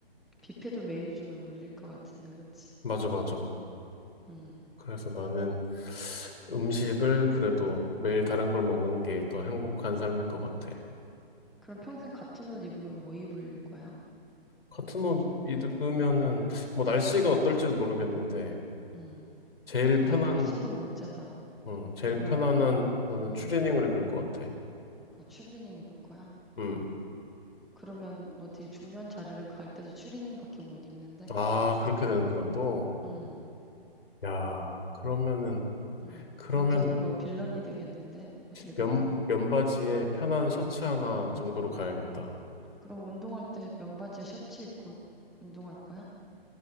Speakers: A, in the centre; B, on the left.
A: 뷔페도 매일 주면 물릴 것 같은데, 그치.
B: 맞아, 맞아.
A: 음,
B: 그래서 나는 음식을 그래도 매일 다른 걸 먹는 게 더 행복한 삶일 것 같아.
A: 그럼 평생 같은 옷 입으면 뭐 입을 거야?
B: 같은 옷 입으면은, 뭐 날씨가 어떨지는 모르겠는데,
A: 음.
B: 제일 편한
A: 아, 야, 날씨도 문제다.
B: 음, 제일
A: 그렇네.
B: 편안한 나는
A: 응.
B: 추리닝을 입을 것 같아.
A: 아, 추리닝 입을 거야?
B: 음.
A: 그러면 어디 중요한 자리를 갈 때도 추리닝밖에 못 입는데?
B: 아, 그렇게 되는구나, 또.
A: 응,
B: 야, 그러면은,
A: 응.
B: 그러면은
A: 완전 이거 빌런이 되겠는데? 어딜 가든.
B: 면, 면바지에 편한 셔츠 하나
A: 응.
B: 정도로 가야겠다.
A: 그럼 운동할 때 면바지에 셔츠 입고 운동할 거야?